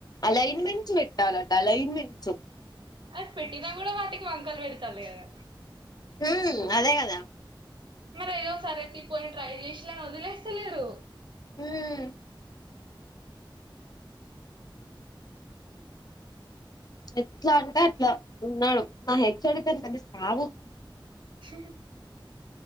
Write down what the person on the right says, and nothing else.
అది పెట్టిన కూడా వాటికి వకల్ పెడుతాలు కదా
మరి అయ్యో సరయితే పోయి ట్రై చేషిల్లు అని వదిలేస్తలేరు
హుహ్